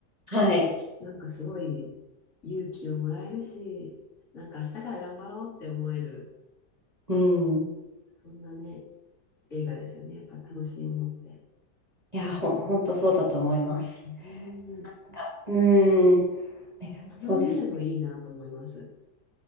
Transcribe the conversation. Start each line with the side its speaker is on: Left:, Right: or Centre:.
Right: はい。
Left: なんかすごい勇気をもらえるし、なんか明日から頑張ろうって思える、
Right: うん。
Left: そんなね、映画ですよね。やっぱ楽しいものって。
Right: いや、ほん、ほんとそうだと思います。
Left: うん、
Right: なんか、うーん、なんかそうですね。
Left: たまに見るのいいなと思います。